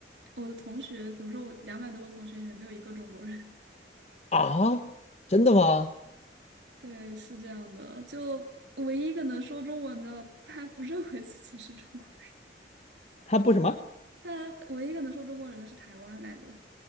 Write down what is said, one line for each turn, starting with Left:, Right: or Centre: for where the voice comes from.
Right: 我的同学，比如说我两百多个同学里面没有一个中国人。
Left: 啊，真的吗？
Right: <laughs> 对，是这样的，就唯一一个能说中文的，他不认为自己是中国人，
Left: 他不什么？
Right: <laughs> 但唯一一个能说中国人的是台湾来的。